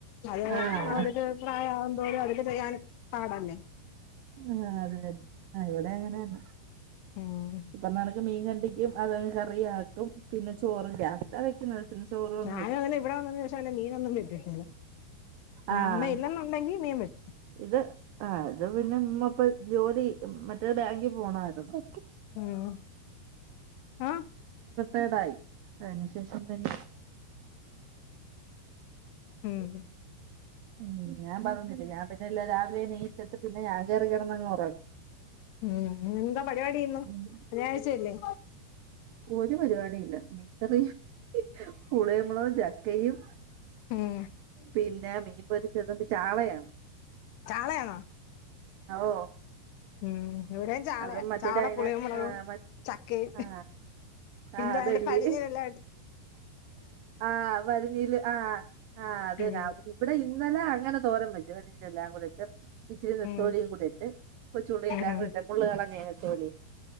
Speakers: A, on the left (about 75°); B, on the right (about 85°).
A: അത്
B: ആഹ്
A: അവർക്ക് പ്രായംന്തോറും അവർക്ക് ചെയ്യാൻൻ പാടല്ലേ?
B: ആഹ അത് തന്നെ ആ ഇവിടെ എങ്ങനെ ന്നെ
A: ആഹ
B: ഇപ്പാക്ക് മീൻകണ്ടിക്കും അെത പോല കറിയാക്കും പിന്നെ ചോറില്ലാ അത്രയേക്കെ പിന്നെ ചോറ്ല്ലാ
A: ഞാന അങ്ങനെ ഇവിടെ വന്നീന് ശേഷം മീനൊന്നുംമേടിക്കില്ലട
B: ആഹ്
A: അമ്മയുണ്ടന്നുണ്ടെങ്കി മീൻ മേടിക്ക
B: ഇത് ആ ഇത് പിന്നെ മപ്പൊ ജോലി മറ്റേ ബാങ്കിൽ പോണമായിരുന്നു
A: മ് ആ
B: േടായി അതിനന് ശേഷം പിന്നെ
A: ഹം
B: ഉം ഞാൻ പറഞ്ഞില്ലേ ഞാൻ പിന്നെ ഇല്ല രാവിലെ എനിറ്റിട്ട് പിന്നെ ഞാൻ കയറിയങ്ങ് റങ്ങും.
A: ഉം എന്താ പരിപാടിന്നുന്നു
B: ഉം
A: ശനിയാഴ്ചല്ലേ?
B: ഒരു പരിപാടിയില്ല മീകറിം പുളിയമ്ളും ചക്കയും.
A: ഉം
B: പിന്നെ മീൻ പൊരിച്ചത്ണ്ട് ചാളയാണ്.
A: ചളേണൊ?
B: ഓ
A: ഉം ഇവിടെയും ചാളയാ
B: അത് മറ്റേത്
A: ചാളേം
B: അതിനകത്ത്
A: പുളിയും മൊളകും
B: ആ മ
A: ചക്കയും.
B: ആ ആ
A: എന്താ
B: അതല്ലേ
A: അന്റെ പടിഞ്ഞനല്ലട്ട്.
B: ആ വരിഞ്ഞില് ആ ആ അതെന്നെ
A: ഉം
B: വിടെ ഇന്നലെ അങ്ങനെ തോരം വെച്ച് എല്ലാ കൂടെയിട്ട് ഇച്ചിരി നത്തോലിയും
A: ഉം
B: കൂട്ടിട്ട് കൊച്ചുള്ളി യെല്ലാം
A: ഉം
B: കൂടിട്ട് മുള്ള് കളഞ്ഞത്തോലി